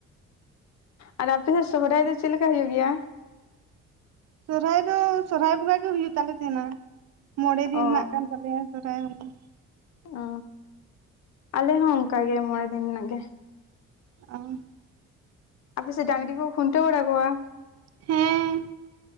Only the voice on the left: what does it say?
ᱟᱨ ᱟᱯᱮᱭᱟᱜ ᱥᱚᱦᱚᱨᱟᱭ ᱫᱚ ᱪᱮᱫ ᱞᱮᱠᱟ ᱦᱩᱭᱩᱜ ᱜᱮᱭᱟ
ᱚ
ᱚ ᱟᱞᱮ ᱦᱚᱸ ᱚᱱᱠᱟ ᱜᱮ ᱢᱚᱬᱮ ᱫᱤᱱ ᱨᱮᱱᱟᱜ ᱜᱮ
ᱟᱯ ᱥᱮᱱ ᱰᱟᱝᱨᱤ ᱠᱚ ᱠᱷᱩᱱᱴᱟᱹ ᱵᱟᱲᱟ ᱠᱚᱣᱟ